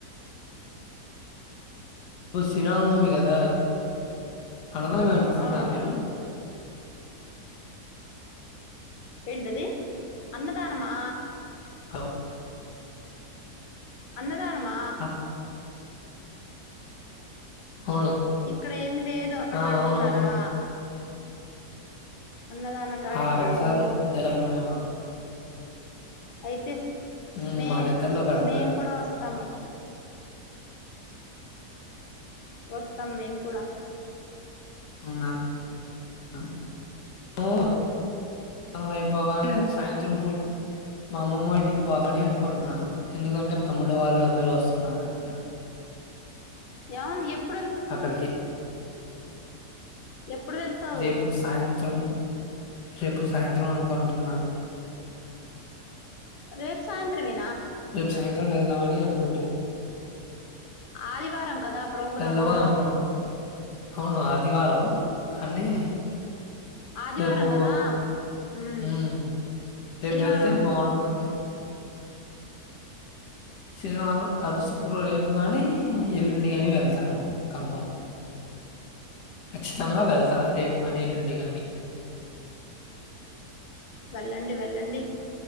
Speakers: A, on the left; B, on the left.
A: శ్రీరామనవమి కదా అన్నదానం జరిపిస్తున్నార
B: అవును
A: మీరు
B: ఏంటది అన్నదానమా
A: హలో
B: అన్నదానమా
A: అ అవును.
B: ఇక్కడ ఏమి లేదు అక్కడ
A: ఆ!
B: పెడుతున్నారా
A: అవునవును.
B: అన్నదాన కార్యక్రమము
A: ఆ! పెడతారు దగ్గరలోనే మాకు.
B: అయితే
A: హ్మ్.
B: మే
A: మా దగ్గరలో పెడతారు.
B: మేము కూడా వస్తాము వస్తాం మేమ్ కూడా
A: అవున్ననం అయిపోగానే సాయంత్రం పూట మా అమ్మమ్మ ఇంటికి పోతాని అనుకుంటున్నాను ఎందుకంటే మా తమ్ముడు వాళ్ళు అందరూ వస్తున్నారంట
B: యావన్ ఎప్
A: అక్కడికి
B: ఎప్పుడు వెళ్తావు
A: రేపు సాయంత్రం రేపు సాయంత్రం అనుకుంటున్నాను
B: రేపు సాయంత్రమే
A: రేపు సాయంత్రం వెళ్దామన్ అని అనుకుంటున్నాను
B: ఆదివారం కదా ప్రోగ్రాము
A: వెళ్దామని అనుకుంటున్నా అవును ఆదివారం కానీ
B: ఆదివారం
A: రేపు
B: కదా మ్మ్
A: మ్ రేపు
B: శనివారం
A: వెళ్తే బాగుంటుందని శనివారం కాదు శుక్రవారం రేపు పు గాని
B: ఆ
A: ఎల్లుండిగానీ వెళ్తా దాను కన్ఫాం ఖచ్చితంగా వెళ్తా రేపు కానీ ఎల్లుండి గానీ
B: వెళ్ళండి వెళ్ళండి